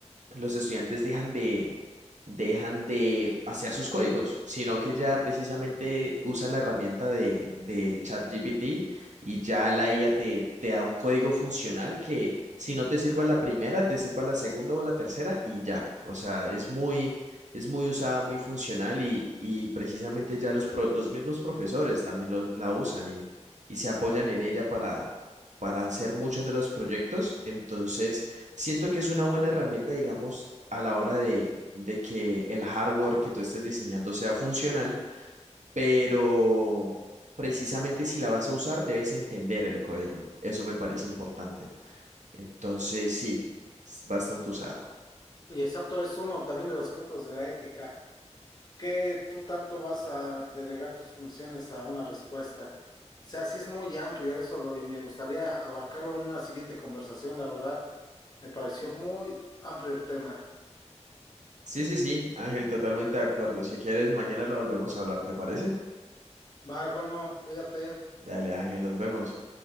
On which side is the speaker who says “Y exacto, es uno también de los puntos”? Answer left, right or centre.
Left